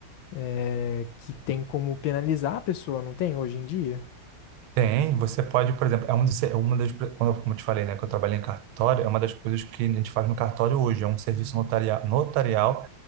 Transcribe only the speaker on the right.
Tem, você pode, por exemplo, é um dos, é uma das, quando eu- como eu te falei, né, que eu trabalhei em cartório, é uma das coisas que a gente faz no cartório hoje, é um serviço notaria, notarial